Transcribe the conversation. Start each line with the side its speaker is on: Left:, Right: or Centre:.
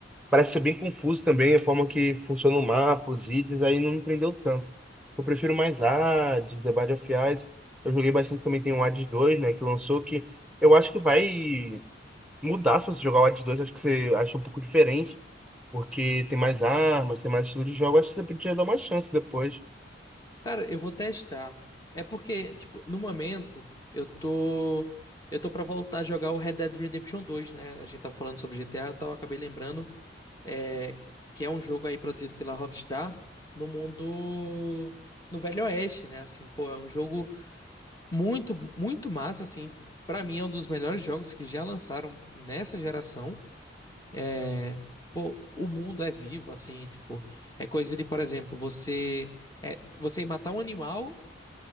Centre: parece ser bem confuso também a forma que funciona o mapa, os itens, aí não me prendeu tanto. Eu prefiro mais Hades, The Binding of Ice. Eu joguei bastante também, tem o Hades dois, né, que lançou, que eu acho que vai mudar se você jogar o Hades 2, acho que você acha um pouco diferente. Porque tem mais armas, tem mais estilo de jogo. Acho que você podia dar uma chance depois.
Left: Cara, eu vou testar. É porque, tipo, no momento, eu tô. Eu tô pra voltar a jogar o Red Dead Redemption dois né? A gente tava falando sobre GTA e tal, eu acabei lembrando. É, que é um jogo aí produzido pela Rockstar no mundo. No Velho Oeste, né? Assim, pô, é um jogo muito, muito massa, assim. Pra mim, é um dos melhores jogos que já lançaram nessa geração. É. Pô, o mundo é vivo, assim, tipo. É coisa de, por exemplo, você. É, você matar um animal